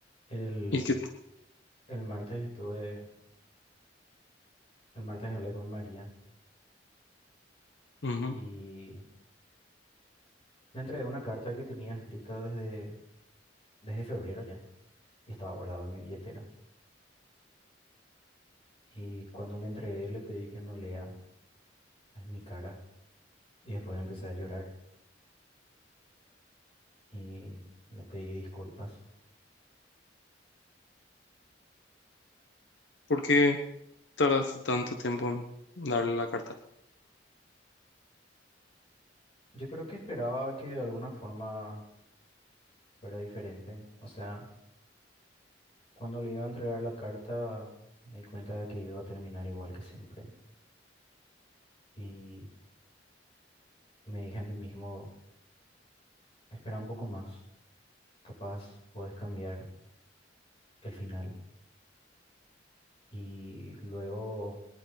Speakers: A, on the left (about 35°); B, on the left (about 80°).
A: El,
B: ¿Y qué?
A: el martes estuve, el martes hablé con María
B: ujú.
A: y me entregó una carta que tenía escrita desde, desde febrero ya y estaba guardada en mi billetera. Y cuando le entregué le pedí que no lea en mi cara y después empecé a llorar y le pedí disculpas.
B: ¿Por qué tardaste tanto tiempo en darle la carta?
A: Yo creo que esperaba que de alguna forma fuera diferente. O sea, cuando le iba a entregar la carta me di cuenta de que iba a terminar igual que siempre y me dije a mí mismo, espera un poco más. Capaz podés cambiar el final. Y luego